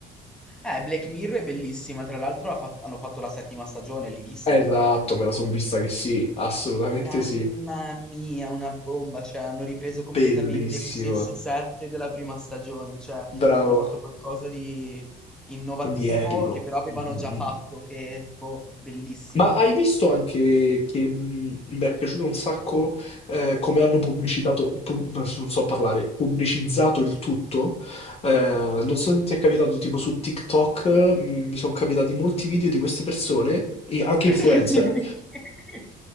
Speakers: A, in the centre; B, on the left.
A: Eh, Black Mirror è bellissima, tra l'altro ha fatto- hanno fatto la settima stagione, l'hai vista?
B: Esatto, me la son vista che sì, assolutamente
A: Mamma
B: sì.
A: mia, una bomba, cioè hanno ripreso completamente
B: Bellissima.
A: gli stessi set della prima stagione, cioè
B: Bravo.
A: hanno fatto qualcosa di innovativo
B: di epico.
A: che però avevano
B: Mm, mm,
A: già fatto,
B: mm.
A: che boh, bellissima.
B: Ma hai visto anche che mh, mi è piaciuto un sacco eh, come hanno pubblicitato, pub- non so parlare, pubblicizzato il tutto? Eh, non so se ti è capitato, tipo su TikTok eh, mi, mi sono capitati molti video di queste persone, e anche
A: <laughs>
B: influencer.
A: Che si... <laughs>